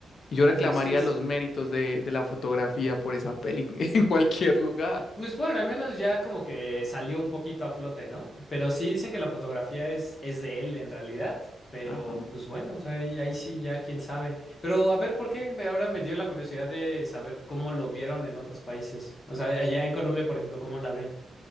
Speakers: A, on the left; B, on the left.
A: Y yo
B: Entonces,
A: reclamaría los méritos de, de la fotografía por esa peli <laughs> en cualquier lugar.
B: Pues bueno, al menos ya como que salió un poquito a flote, ¿no? Pero sí dicen que la fotografía es, es de él en realidad, pero
A: Ajá.
B: pues bueno, o sea, ahí, ahí sí ya quién sabe. Pero a ver, ¿por qué me- ahora me dio la curiosidad de saber cómo lo vieron en otros países? O sea, allá en Colombia, por ejemplo, ¿cómo la ven?